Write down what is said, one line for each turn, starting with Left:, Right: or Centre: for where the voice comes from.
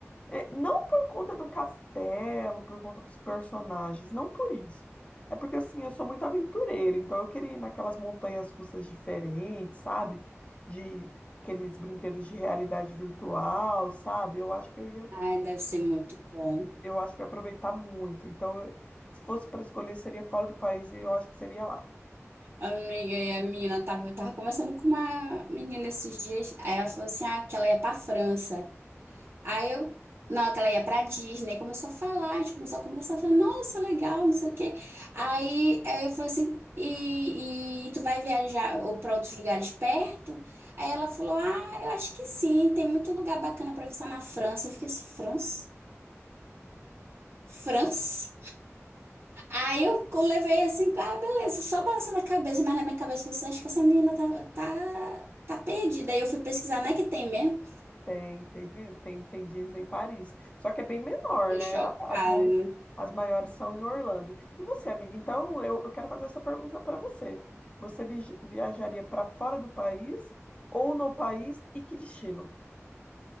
Left: É, não por conta do castelo, por conta dos personagens, não por isso. É porque, assim, eu sou muito aventureira, então eu queria ir naquelas montanhas russas diferentes, sabe? De aqueles brinquedos de realidade virtual, sabe? Eu acho que eu ia,
Right: Ai, deve ser muito bom.
Left: eu acho que eu ia aproveitar muito. Então, eu- se fosse para escolher, seria fora do país e eu acho que seria lá.
Right: Amiga, e a menina tava, eu tava conversando com uma menina esses dias. Aí ela falou assim: ah, que ela ia pra França. Aí eu, na hora que ela ia pra Disney, começou a falar, a gente começou a conversar, eu falei, nossa, legal, não sei o quê. Aí, aí eu falei assim, e, e tu vai viajar ou pra outros lugares perto? Aí ela falou, ah, eu acho que sim, tem muito lugar bacana pra visitar na França. Eu fiquei assim, França? França? Aí eu co- levei assim, ah, beleza, só balançando a cabeça, mas na minha cabeça você acha que essa menina tá, tá, tá perdida. Aí eu fui pesquisar, não é que tem mesmo?
Left: Tem, tem, Dis- tem, tem Disney em Paris. Só que é bem menor,
Right: Fiquei
Left: né?
Right: chocada.
Left: As, mai, as maiores são em Orlando. E você, amiga? Então, eu, eu quero fazer essa pergunta para você. Você vi- viajaria para fora do país ou no país e que destino?